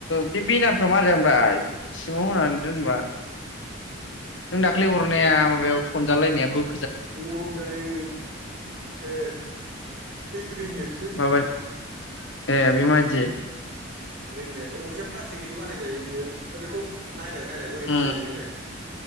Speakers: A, on the left; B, on the right.
A: बे बेनारफ्रा मारै जागोन ब्रा मना दोनबा नों दाख्लै हरनाया
B: बिराद
A: माबायाव जालाय नायाबु
B: गरम दायो ए स्क्रिन नेटसो
A: माबा <unintelligible>
B: ग्रेेनट अबयसे प्लास्टिकनिबो बानायजायो बियो बेखौ नायलाय नायलाय बोरै
A: उम
B: बानायजायो नायलाय